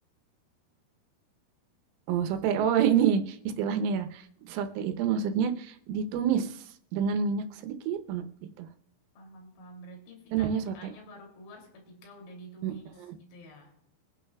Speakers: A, on the right (about 80°); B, on the left (about 65°).
A: Oh, sote. Oh, <laughs> ini istilahnya ya. Sote itu maksudnya ditumis dengan minyak sedikit banget gitu.
B: Paham, paham. Berarti vitamin
A: Itu namanya sote.
B: A-nya baru keluar seketika udah ditumis
A: Mm-mm.
B: gitu ya.